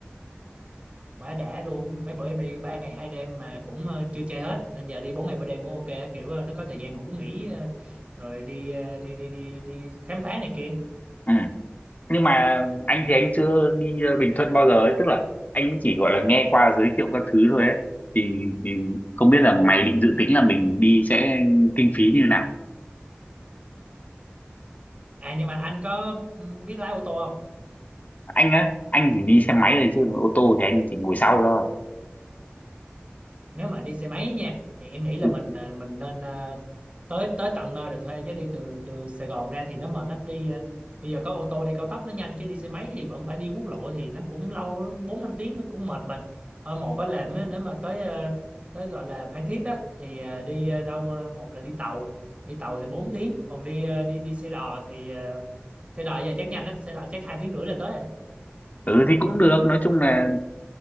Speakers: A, on the right (about 30°); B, on the left (about 40°).
A: quá đã luôn mấy bữa em đi ba ngày hai đêm mà cũng ờ, chưa chơi hết nên giờ đi bốn ngày ba đêm cũng ok á. kiểu ờ, nó có thời gian ngủ nghỉ ờ, rồi đi, ờ, đi đi đi đi khám phá này kia
B: Ừ. Nhưng mà anh thì anh chưa đi ờ, Bình Thuận bao giờ ấy, tức là anh mới chỉ gọi là nghe qua giới thiệu các thứ thôi ấy. Thì, thì không biết là mày định dự tính là mình đi sẽ kinh phí như nào?
A: à nhưng mà anh có ừ, biết lái ô tô không
B: Anh á, anh chỉ đi xe máy thôi chứ còn ô tô thì anh chỉ ngồi sau thôi.
A: nếu mà đi xe máy nha thì em nghĩ là
B: Ừ.
A: mình ờ, mình nên ờ, tới tới tận nơi rồi thuê chứ đi từ từ Sài Gòn ra thì nó mệt lắm đi ờ, bây giờ có ô tô đi cao tốc nó nhanh chứ đi xe máy thì vẫn phải đi quốc lộ thì nó cũng lâu bốn năm tiếng nó cũng mệt mình Ờ, một á là mới- nếu mà tới ờ, tới gọi là Phan Thiết đó thì ờ, đi ờ, đâu ờ, một là đi tàu đi tàu thì 4 tiếng còn đi ờ, đi đi xe đò thì ờ, xe đò giờ chắc nhanh á xe đò chắc hai tiếng rưỡi là tới
B: Ừ thì cũng được, nói chung là